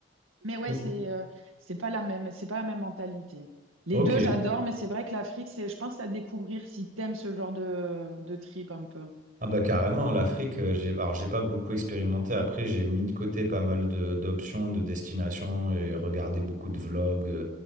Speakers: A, on the right (about 85°); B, on the right (about 40°).
A: Mais ouais,
B: Ou-
A: c'est euh, c'est pas la même, c'est pas la même mentalité. Les
B: Ok.
A: deux, j'adore, mais c'est vrai que l'Afrique, c'est, je pense, à découvrir si t'aimes ce genre de, de trip un peu.
B: Ah bah carrément, l'Afrique, euh, j'ai, alors j'ai pas beaucoup expérimenté. Après, j'ai mis de côté pas mal de, d'options, de destinations et regardé beaucoup de vlogs euh,